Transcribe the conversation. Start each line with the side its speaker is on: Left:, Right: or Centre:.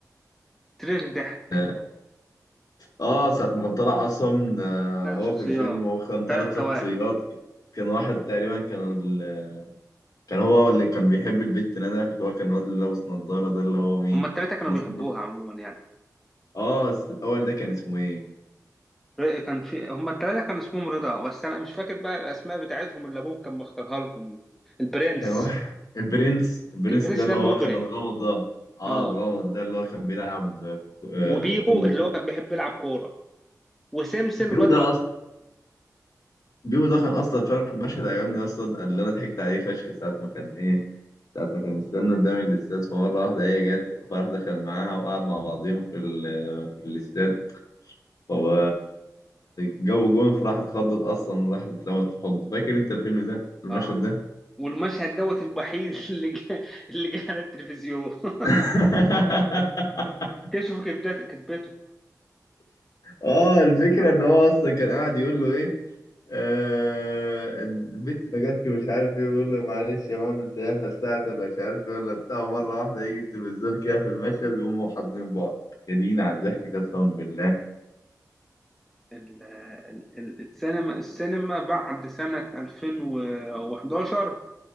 Centre: تاريخ ضحك
Left: اه آه، ساعه ما كان طلع اصلا آه،
Centre: ثلاث
Left: هو
Centre: شخصيات
Left: في الفيلم هو كان ثلاث
Centre: ثلاث
Left: شخصيات
Centre: توائم
Left: كان واحد تقريبا كان ال... كان هو اللي كان بيحب البت ندى اللي هو كان الواد اللي لابس نظاره ده اللي هو مين
Centre: هما الثلاثه كانوا
Left: كان اسمه
Centre: بيحبوها عموما يعني
Left: اه بس الاول ده كان اسمه ايه
Centre: ر- كان في هما الثلاثه كان اسمهم رضا بس انا مش فاكر بقى الاسماء بتاعتهم اللي ابوه كان مختارها لهم البرنس
Left: كان واحد <laughs> البرنس البرنس
Centre: البرنس
Left: ده اللي
Centre: ده المجرم
Left: هو كان الغامض ده اه
Centre: اه
Left: الغامض ده اللي هو كان بيلعب آه،
Centre: وبيبو
Left: كونج
Centre: اللي
Left: فو
Centre: هو كان بيحب يلعب كوره وسمسم
Left: بيو
Centre: الواد
Left: ده
Centre: الغ...
Left: بيبو ده كان اصلا فاهم المشهد عجبني اصلا اللي انا ضحكت عليه فشخ ساعه ما كان ايه ساعه ما كان مستني قدام الاستاد فمره واحده هي جت فراح دخل معاها وقعد مع بعضيهم في ال- في الاستاد فهو جو جون فراح اتخضت اصلا وراحت اترمت في حضنه فاكر انت الفيلم ده المشهد
Centre: اه
Left: ده
Centre: والمشهد دوت الوحيد <laughs> اللي جه اللي جه على التلفزيون <laughs>
Left: <laughs>
Centre: كشفوا كبدات كتبته
Left: اه الفكرة ان هو اصلا كان قاعد يقول له ايه آه البت ما جاتش ومش عارف ايه بيقول له معلش يا ماما تلاقيها فلسعت ولا مش عارف ايه ولا بتاع مرة واحدة يجي التلفزيون كده في المشهد وهم حاضنين بعض يا دينا على الضحك قسما بالله
Centre: ال- ال- ال- السينما السينما بعد سنة 2011